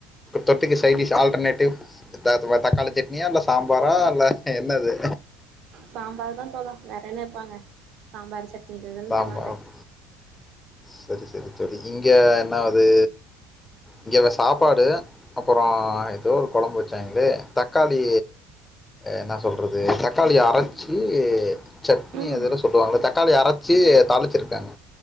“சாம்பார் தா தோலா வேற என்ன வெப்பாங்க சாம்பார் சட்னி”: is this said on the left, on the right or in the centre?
Right